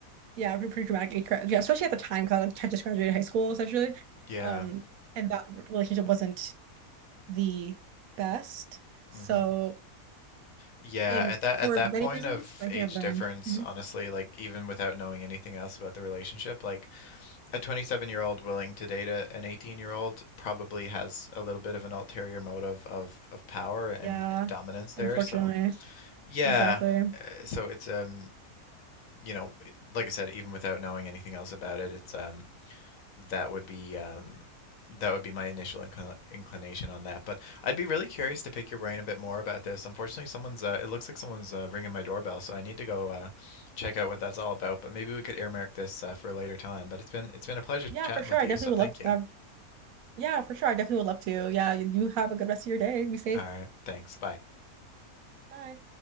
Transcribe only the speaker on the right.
Yeah, pretty, pretty dramatic. age gra- Yeah, especially at the time because I like I just graduated high school essentially.
Um, and that relationship wasn't the best. So,
and
for
many
reasons,
I think
I've learned.
Mhm.
Yeah,
unfortunately.
Exactly.
Yeah,
for sure.
I
definitely
would
love
to have, yeah, for sure. I definitely would love to. Yeah, you you have a good rest of your day. Be safe.
Bye.